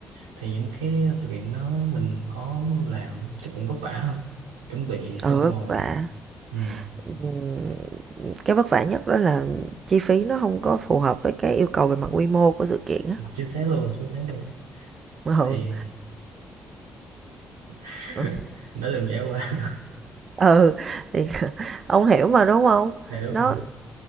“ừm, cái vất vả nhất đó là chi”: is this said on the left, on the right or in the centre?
Right